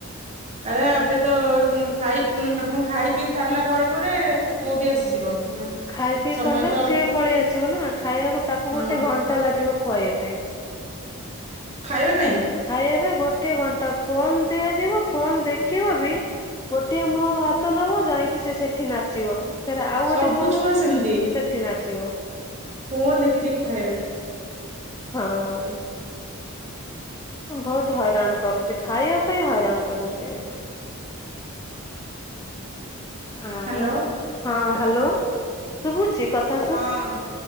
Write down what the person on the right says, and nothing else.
ଆରେ ଆ ଏବେ ତ ଉଁ ଖାଇ ଉଁ ଆପଣଙ୍କୁ ଖାଇ ପିଇ ସାରଲା ପରେ ପରେ ପୁଅ ବି ଆସିଯିବ।
ସମୟ
ତ
ହଁ
ଖାଇବା ପାଇଁ?
ସବୁ
ଛୁଆ
ସେମିତି
ଫୋନ ଦେଖି ଦେଖି ଖାଇବେ।
ହ୍ୟାଲୋ
ହଁ